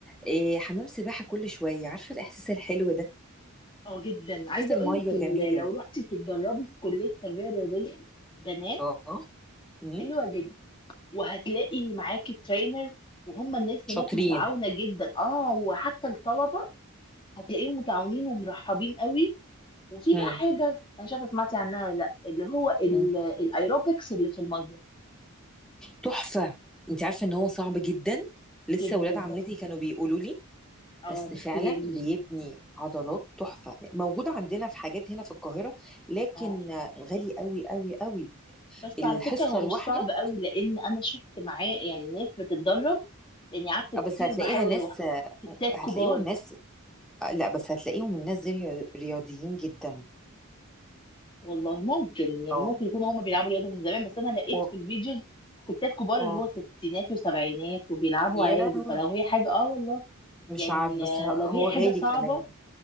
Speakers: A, in the centre; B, on the left.
A: آه، حمام سباحة كل شوية عارفة الاحساس الحلو ده
B: اه جدا عايزه
A: احساس المية
B: اقول لك ال-
A: جميل
B: لو رحتي تتدربي في كليه تربيه رياضيه بنات
A: اه امم
B: حلوه جدا وهتلاقي معاكي ترينر وهم الناس
A: شاطرين
B: هناك متعاونه جدا اه وحتى الطلبه هتلاقيهم متعاونين ومرحبين قوي وفي
A: مم.
B: بقى حاجه انا شايفه سمعتي عنها ولا لا اللي هو ال-
A: مم.
B: الايروبكس اللي في الميه
A: تحفة انت عارفة ان هو صعب جدا لسه
B: جدا
A: ولاد عمتي
B: بس
A: كانوا بيقولوا لي
B: اه
A: بس
B: بس
A: فعلا
B: جميل
A: بيبني عضلات تحفة موجودة عندنا في حاجات هنا في القاهرة لكن
B: اه
A: غالي قوي قوي قوي
B: بس
A: الحصة
B: على فكره هو
A: الواحدة
B: مش صعب قوي لان انا شفت معاه يعني ناس بتتدرب لاني قعدت كتير
A: بس هتلاقيها
B: بحاول
A: ناس
B: اروح ستات
A: هتلاقيهم
B: كبار
A: ناس لا بس هتلاقيهم الناس دي رياضيين جدا
B: والله ممكن يعني
A: اه
B: ممكن يكونوا هم بيلعبوا رياضه من زمان بس انا لقيت
A: و...
B: في الفيديوز ستات كبار
A: اه
B: اللي هو ستينات وسبعينات وبيلعبوا
A: يا
B: عادي
A: لهوي
B: فلو هي حاجه اه والله
A: مش
B: يعني
A: عارف بس
B: آه،
A: ه-
B: لو هي
A: هو
B: حاجه
A: غالي
B: صعبه
A: كمان